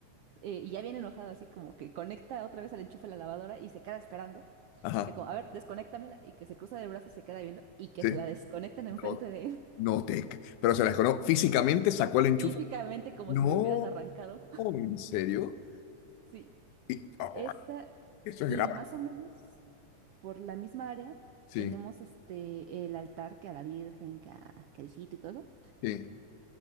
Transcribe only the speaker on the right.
eh, y ya viene enojado, así como que conecta otra vez al enchufe de la lavadora y se queda esperando.
Que como, a ver, desconéctamela y que se cruza de brazos, se queda viendo y que
se la desconectan enfrente
de él,
<laughs>
físicamente como
si lo hubieran arrancado. <laughs>
Sí,
esa
y
más o menos por la misma área
tenemos este el altar que a la Virgen, que a, que al Cito y todo eso.